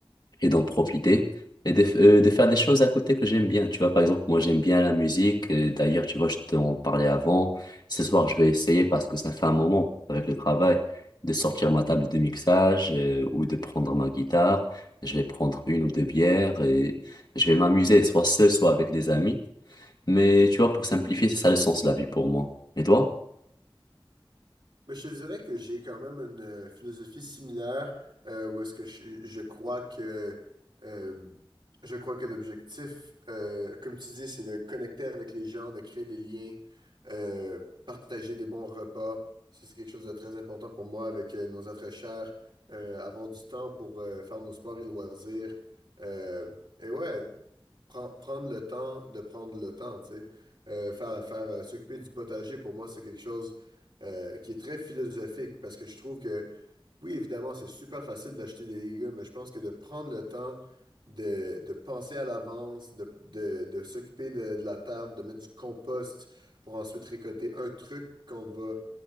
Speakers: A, on the left; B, on the right.
A: et d'en profiter et de, f- euh, de faire des choses à côté que j'aime bien. Tu vois, par exemple, moi j'aime bien la musique. euh, D'ailleurs, tu vois, je t'en parlais avant. Ce soir, je vais essayer parce que ça fait un moment avec le travail de sortir ma table de mixage euh, ou de prendre ma guitare. Je vais prendre une ou deux bières et je vais m'amuser, soit seul, soit avec des amis. Mais tu vois, pour simplifier, c'est ça le sens de la vie pour moi. Et toi?
B: Mais je te dirais que j'ai quand même une euh, philosophie similaire euh, où est-ce que je, je crois que euh, je crois que l'objectif, euh, comme tu dis, c'est de connecter avec les gens, de créer des liens, euh, partager des bons repas. Ça, c'est quelque chose de très important pour moi avec euh, nos êtres chers, euh, avoir du temps pour euh, faire nos sports et loisirs. Euh, et ouais, Pren- prendre le temps de prendre le temps, tu sais. Euh, faire faire euh, s'occuper du potager, pour moi, c'est quelque chose euh, qui est très philosophique parce que je trouve que, oui, évidemment, c'est super facile d'acheter des légumes, mais je pense que de prendre le temps de, de penser à l'avance, de, de- de s'occuper de, de la terre, de mettre du compost pour ensuite récolter un truc qu'on va,